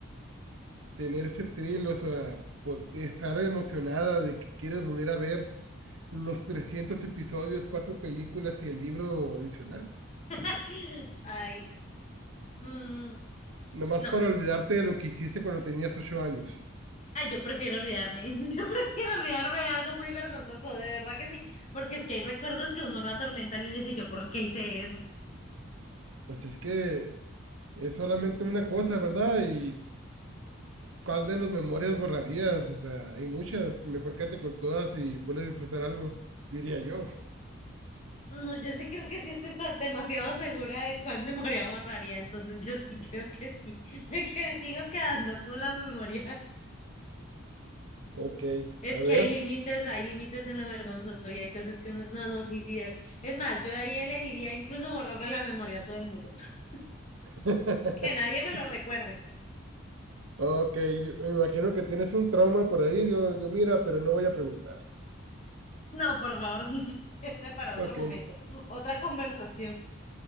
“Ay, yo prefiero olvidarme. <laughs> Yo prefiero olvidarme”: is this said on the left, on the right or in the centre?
Left